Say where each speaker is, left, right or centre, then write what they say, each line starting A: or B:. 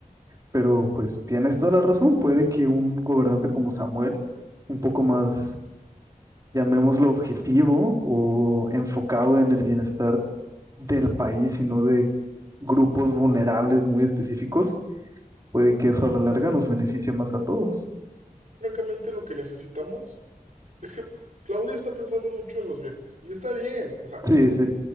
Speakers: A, on the right; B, on the right.
A: pero pues tienes toda la razón. Puede que un gobernante como Samuel, un poco más, llamémoslo objetivo o enfocado en el bienestar del país y no de grupos vulnerables muy específicos, puede que eso a la larga nos beneficie más a todos.
B: Francamente, lo que necesitamos es que Claudia está pensando mucho en los viejos. Y está bien, o sea,
A: Sí, sí.